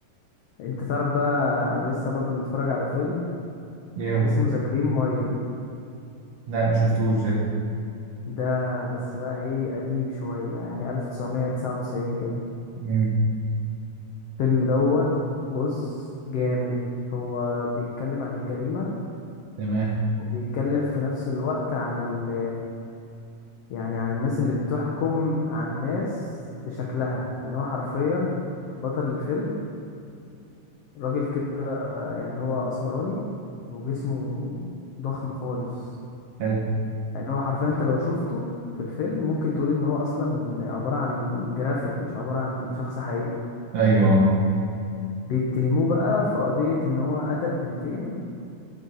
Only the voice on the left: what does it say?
انت تعرف بقى انا لسه برضو متفرج على فيلم
اسمه ذا جرين مايل
ده بس بقى ايه قديم شويه يعني 1999 كده
الفيلم دوت بص جامد هو بيتكلم عن الجريمه
وبيتكلم في نفس الوقت عن ال يعني عن الناس اللي بتحكم عن الناس بشكلها يعني هو حرفيا بطل الفيلم راجل كده يعني هو اسمراني وجسمه ضخم خالص
يعني هو حرفيا انت لو شفته في الفيلم ممكن تقول ان هو اصلا عبارة عن جرافيك مش عبارة عن شخص حقيقي
بيتهموه بقى في قضية ان هو قتل بنتين